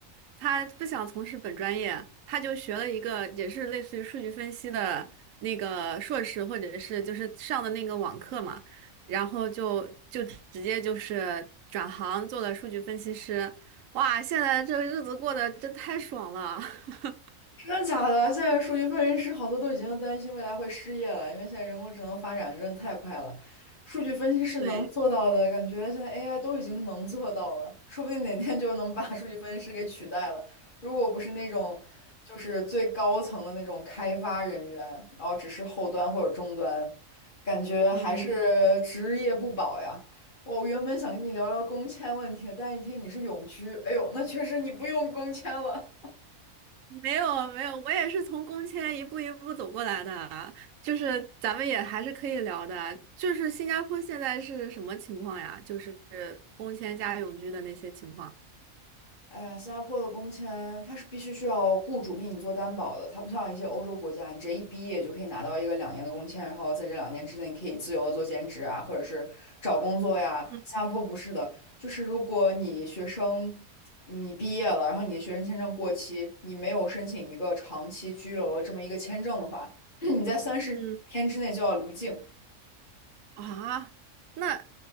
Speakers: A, on the right; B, on the left.
A: 他不想从事本专业，他就学了一个也是类似于数据分析的那个硕士，或者是就是上的那个网课嘛，然后就就直接就是转行做了数据分析师，哇，现在这个日子过得真太爽了，<laughs>
B: 真的假的？现在数据分析师好多都已经担心未来会失业了，因为现在人工智能发展真的太快了。数据分析师能做到的，
A: 对，
B: 感觉现在 AI 都已经能做到了，说不定哪天就能把数据分析师给取代了。如果不是那种就是最高层的那种开发人员，然后只是后端或者终端，感觉还是职业不保呀。
A: 嗯。
B: 我原本想跟你聊聊工签问题的，但一听你是永居，哎呦，那确实你不用工签了。
A: 没有没有，我也是从工签一步一步走过来的，就是咱们也还是可以聊的。就是新加坡现在是什么情况呀？就是工签加永居的那些情况。
B: 哎呀，新加坡的工签它是必须需要雇主给你做担保的，它不像一些欧洲国家，你直接一毕业就可以拿到一个两年的工签，然后在这两年之内你可以自由的做兼职啊，或者是找工作呀。
A: 嗯
B: 新加坡不是的，就是如果你学生你毕业了，然后你的学生签证过期，你没有申请一个长期居留的这么一个签证的话，<clears throat> 你在三十天之内就要离境。
A: 嗯啊，那